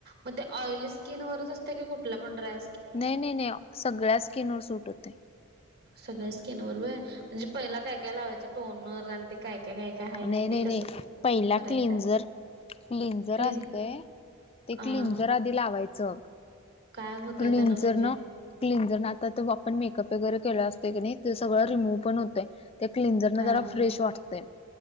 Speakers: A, on the right; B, on the left.
A: मग ते ऑइली स्किनवररच असते का कुठला पण ड्रा
B: न ने न सगळ्या स्किनवर सुूट होते
A: सगळ्या स्किन वर व म्हणजे पहिला काय काय लावायचं टोन वर आणि ते काय काय काय काय हाय
B: नाही
A: कि ते
B: नाही
A: कसं
B: नाही पहिला
A: करायचं
B: क्लंजर क्लिंजर
A: क्लीन
B: असतय ते
A: हा
B: क्लनझर आधी लावायचं
A: काय होतय
B: क्लिंझर
A: त्यानं म्हणजे
B: ना क्लिंजर न आता त आपण मेकअप वगैरे केलं असते क नाही ते सगळं रिमूव्ह पण होतेय ते क्लिनझर
A: हा
B: न जरा फ्रेश वाटते